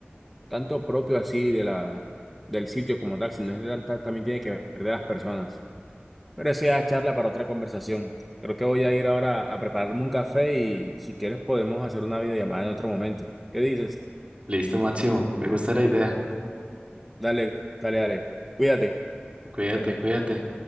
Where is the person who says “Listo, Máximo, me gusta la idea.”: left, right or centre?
Right